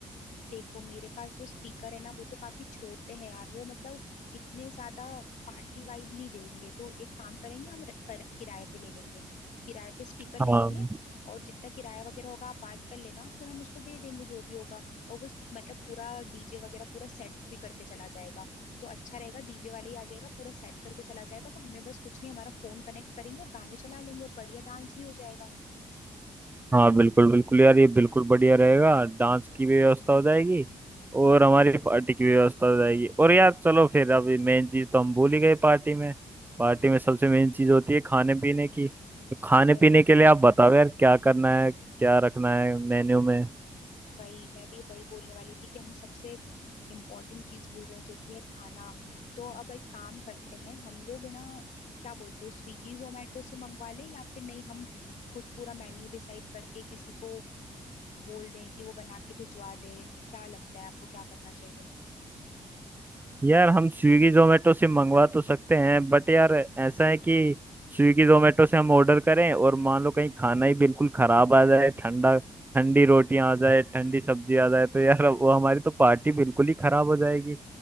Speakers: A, on the left; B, on the right.
A: देखो मेरे पास जो स्पीकर है ना वो तो काफी छोटे हैं यार वो मतलब इतने ज्यादा पार्टी वाइब नहीं देंगे तो एक काम करेंगे हम र- कर, किराए पे ले लेंगे किराए पे स्पीकर ले
B: हाँ
A: लेंगे और जितना किराया वगैरह होगा आप बात कर लेना फिर हम उसको दे देंगे जो भी होगा और वो स- मतलब पूरा डीजे वगैरह पूरा सेट भी करके चला जाएगा तो अच्छा रहेगा डीजे वाले ही आ जाएगा पूरा सेट करके चला जाएगा तो हमें बस कुछ नहीं हमारा फोन कनेक्ट करेंगे और गाने चला लेंगे और बढ़िया डांस भी हो जाएगा
B: हाँ बिल्कुल बिल्कुल यार ये बिल्कुल बढ़िया रहेगा डांस की भी व्यवस्था हो जाएगी और हमारी पार्टी की भी व्यवस्था हो जाएगी और यार चलो फिर अभी मेन चीज तो हम भूल ही गए पार्टी में पार्टी में सबसे मेन चीज होती है खाने पीने की तो खाने
A: भाई
B: पीने के लिए आप बताओ यार क्या करना है क्या रखना है मेन्यू में
A: वही मैं भी वही बोलने वाली थी कि हम सबसे इम्पोर्टेंट चीज भूल रहे हैं जो कि है खाना तो अब एक काम करते हैं हम लोग है ना क्या बोलते हो स्विगी जोमेटो से मंगवा लें या फिर नहीं हम खुद पूरा मेन्यू डिसाइड करके किसी को बोल दें कि वो बना के भिजवा दे क्या लगता है आपको क्या करना चाहिए
B: यार हम स्विगी जोमेटो से मंगवा तो सकते हैं बट यार ऐसा है कि स्विगी जोमेटो से हम ऑर्डर करें और मान लो कहीं खाना ही बिल्कुल खराब आ जाए ठंडा ठंडी रोटियां आ जाए ठंडी सब्जी आ जाए तो यार वो हमारी तो पार्टी बिल्कुल ही खराब हो जाएगी